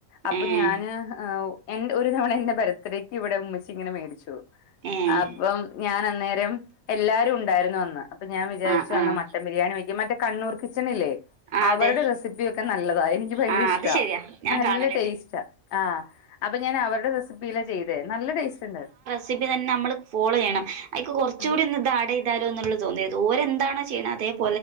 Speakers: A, on the left; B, on the right.
A: അപ്പൊ
B: ഏഹ്
A: ഞാന്- എൻ ഒരു തവണ എന്റെ ബർത്ത്ഡേക്ക് ഇവിടെ ഉമ്മിച്ചി ഇങ്ങന മേടിച്ചു
B: ഏഹ്
A: അപ്പം ഞാൻ അന്നേരം എല്ലാരും ഉണ്ടായിരുന്നു അന്ന് അപ്പൊ ഞാൻ വിചാരിച്ചു
B: ആഹ്
A: അന്ന്
B: ആഹ്
A: മട്ടൻ ബിരിയാണി വയ്ക്കും മറ്റേ കണ്ണൂർ കിച്ചണില്ലേ
B: ആഹ്
A: അവരുടെ
B: അതെ
A: റെസിപ്പിയൊക്കെ നല്ലതാ എനിക്ക് ഭയങ്കരിഷ്ട
B: ആഹ് അത് ശരിയാ ഞാൻ
A: നല്ല
B: കാണലുണ്ട്
A: ടേസ്റ്റാ ആഹ് അപ്പൊ ഞാൻ അവരുടെ റെസിപ്പിലാ ചെയ്തെ നല്ല ടേസ്റ്റ് ഉണ്ട്
B: സിപ്പി തന്നെ നമ്മള് ഫോളോ ചെയ്യണം അയ്ക്ക് കൊറച്ച്കൂടി
A: ഉം
B: ഒന്ന് ആട് ചെയ്താലോന്നുള്ള- തോന്നിയത് ഓര് എന്താണോ ചെയ്യ്ണ അതെ -